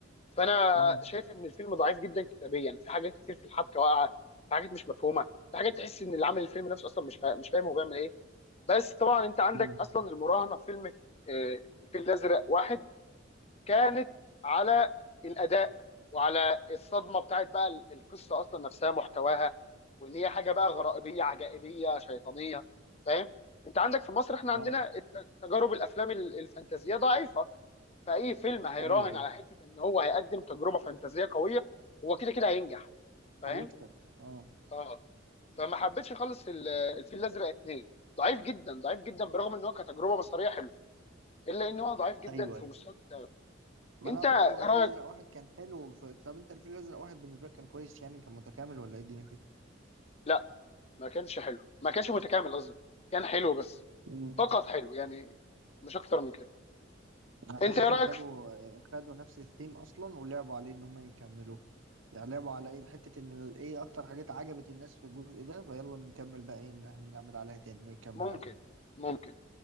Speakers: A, on the left; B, on the right.
A: فانا
B: امم
A: شايف ان الفيلم ضعيف جدا كتابيا في حاجات كتير في الحبكه واقعه في حاجات مش مفهومه في حاجات تحس ان اللي عامل الفيلم نفسه اصلا مش فاهم مش فاهم هو بيعمل ايه بس طبعا انت عندك
B: امم
A: اصلا المراهنه في فيلم آه، الفيل الازرق واحد كانت على الاداء وعلى الصدمه بتاعت بقى ال- القصه اصلا نفسها محتواها وان هي حاجه بقى غرائبيه عجائبيه شيطانيه فاهم انت عندك في مصر احنا عندنا
B: اه
A: الت- تجارب الافلام ال- الفانتازيه ضعيفه فاي فيلم هيراهن
B: ايوه ايوه
A: على حته ان هو هيقدم تجربه فانتازيه قويه هو كده كده هينجح فاهم
B: هيكسب اه
A: اه فما حبيتش خالص ال- الفيل الازرق اتنين ضعيف جدا ضعيف جدا برغم ان هو كتجربه بصريه حلوه الا ان هو ضعيف جدا
B: ايوه
A: في
B: ايوه
A: مستوى الكتابه
B: ما
A: انت
B: انا اعتقد هو
A: رايك
B: الفيل الازرق واحد كان حلو ف... طب انت الفيل الازرق واحد بالنسبة لك كان كويس يعني كان متكامل ولا ايه الدنيا فيه
A: لا ما كانش حلو ما كانش متكامل قصدي كان حلو بس
B: امم
A: فقط حلو يعني مش اكتر من كده
B: انا حاسسهم
A: انت ايه رايك
B: خدوا
A: في-
B: آه، خدوا نفس الثيم اصلا ولعبوا عليه ان هم يكملوه يعني لعبوا على ايه حتة ان ال- ايه اكتر حاجات عجبت الناس في الجزء ده فيلا نكمل بقى ايه اللي هنعمل عليها تاني نكمل
A: ممكن
B: عليها
A: ممكن